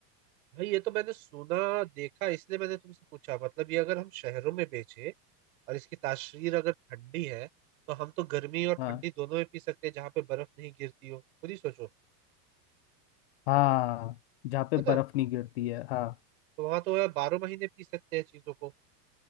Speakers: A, on the right; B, on the left.
A: भाई ये तो मैंने सुना देखा इसलिए मैंने तुमसे पूछा मतलब ये अगर हम शहरों में बेचे और इसकी तासीर अगर ठंडी है तो हम तो गर्मी और
B: हाँ।
A: ठंडी दोनों में पी सकते हैं जहाँ पे बर्फ नहीं गिरती हो खुद ही सोचो
B: हाँ जहाँ पे
A: है ना
B: बर्फ नहीं गिरती है हाँ
A: तो वहां तो यार बारह महीने पी सकते हैं चीजों को